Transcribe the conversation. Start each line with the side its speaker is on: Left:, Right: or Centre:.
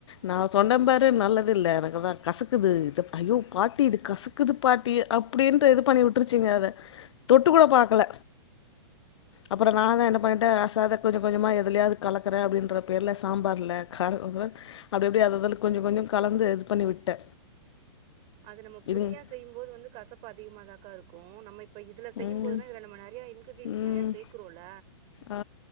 Left: நா சொன்னெம் பாரு நல்லது இல்ல எனக்குதா கசக்குது இத ஐயோ பாட்டி இது கசக் குது பாட்டி அப்டின்டு இது பண்ணி விட்ருச்சிங்க அத தொட்டு கூட பாக்கல அப்பறொ நா தா என்ன பண்ணிடே அசாத கொஞ்சொ கொஞ்சமாக எதுல்யாது கலக்கறே அப்டின்ற பேர்ல சாம்பார்ல கார <unintelligible> அப்டி அப்டி அததல்ல கொஞ்சொ கொஞ்சொ கலந்து இது பண்ணி விட்டே
Right: அது நம்ம பொடியா
Left: இதுங்
Right: செய்யும்போது வந்து கசப்பு அதிகமாதாக்கா இருக்கு நம்ம இப் ப்ப இதுல
Left: ம்
Right: செய்யும் போதுனா இதுல நம்ம நெறைய இன்கிரிடிய்ன்ஸ்
Left: ம்
Right: நெறைய சேக்குறோல
Left: ஆ